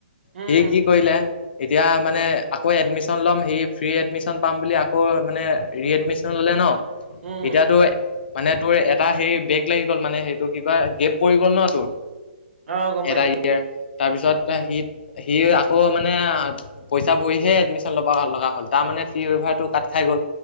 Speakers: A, on the right; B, on the left.
A: উম উম
B: সি কি কৰিলে, এতিয়া
A: উম
B: মানে
A: উম
B: আকৌ এডমিচ ল'ম, সি ফ্ৰী এডমিশন পাম বুলি, আকৌ মানে ৰি এডমিশন ললে ন'।
A: উম
B: এতিয়াতো মানে তোৰ, এটা সেই বেগ লাগি গ'ল মানে সেইটো, কি কয় গেপ পৰি গ'ল ন' তোৰ।
A: অ গম পাইছো
B: এটা ইয়াৰ, তাৰপিছত
A: উম
B: সি, সি আকৌ মানে পইচা ভৰিহে এডমিশ্যন লব লগা হ'ল, তাৰ মানে ফ্ৰি ৱভাৰটো কাট খাই গ'ল।